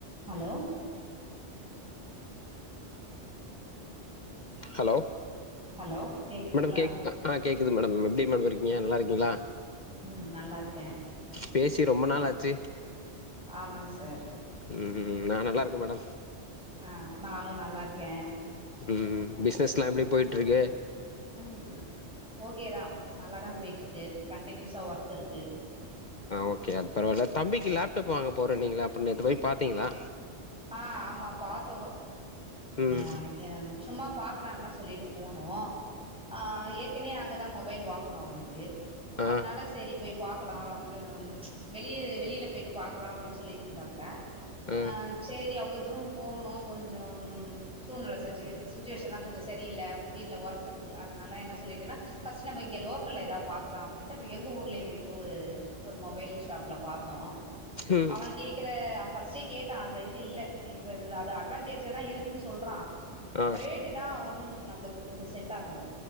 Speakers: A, in the centre; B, on the left.
A: ஹலோ
B: ஹலோ
A: ஹலோ கேக்குதுங்களா
B: மேடம் கேக் ஆ கேக்குது மேடம். எப்டி மேம் இருக்ங்க நல்லாருக்கீங்ளா.
A: ம் நல்லார்க்கெ
B: பேசி ரொம்ப நாள் ஆச்சு
A: ஆம்மாங் சார்
B: ம் நா நல்லாருக்க மேடம்
A: அ நானு நல்லார்க்கெ
B: ம் பிஸ்னஸ்லா எப்டி பொயிட்ருக்கு
A: ம் ஓக்கேதா நல்லாதா போய்ட்டுருக்கு கண்டின்யூஸா ஒர்க் இருக்கு
B: ஓக்கே அத் பரவால்ல தம்பிக்கு லேப்டப் வாங்க போறேநீங்களே அப்ப நேத்து போய் பாத்தீங்ளா
A: அ ஆம்மா பாத்தோ
B: ம்
A: அ எம் சும்மா பாக்கலான் தா சொல்லிட்டு போனோ ஆ ஏற்கென அங்க த மொபைல் வாங்குணு அவ்னுக்கு
B: ஆ
A: அதனால செரி போய் பாக்கலா வெ வெளிய வெளியில பெயிட்டு பாக்கலா அப்டின் சொல்லிட்ருந்தாப் ல
B: ஆ
A: அ சேரி அவ்ளோ தூரொ போனு கொஞ்சொம் ம் சூழ்நிலை சுச்சுவேஷன்லா கொஞ்சொ செரியில்லை வீட்ல ஒர்க் இருக்கு அதனால என்ன சொல்லிட்டேன்னா ஃபர்ஸ்ட் நம்ப இங்க லோக்கல்ல எதா பாக்கலா அப்டின்டு அப்பி எங்க ஊர்லே பொய்ட்டு ஒரு மொபைல் ஷாப்லா பாத் த்த
B: ம்
A: அவன் கேக்குற அவன் ஃபர்ஸ்ட்டே கேட்டா அந்த இது இல்ல இப்ப அது அட்வான்டேஜ்ல தா இருக்கு இருக்குனு சொல்றா
B: ஆ
A: ரேட்டு தா ஒன்னு நம்மளுக்கு கொஞ்சோ செட் ஆகல